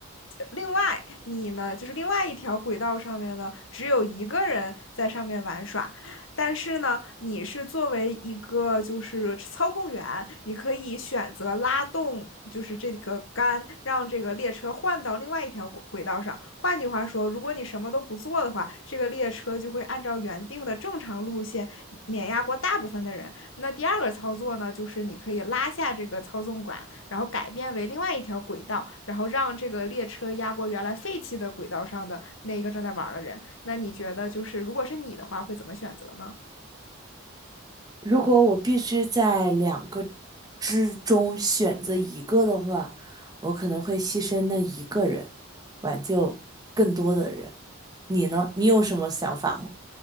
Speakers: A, on the left; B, on the right.
A: 另外，你呢，就是另外一条轨道上面呢，只有一个人在上面玩耍，但是呢，你是作为一个就是操控员，你可以选择拉动就是这个杆，让这个列车换到另外一条轨轨道上。换句话说，如果你什么都不做的话，这个列车就会按照原定的正常路线碾压过大部分的人。那第二个操作呢，就是你可以拉下这个操纵杆，然后改变为另外一条轨道，然后让这个列车压过原来废弃的轨道上的那一个正在玩的人。那你觉得，就是如果是你的话，会怎么选择呢？
B: 如果我必须在两个之中选择一个的话，我可能会牺牲那一个人，挽救更多的人。你呢？你有什么想法吗？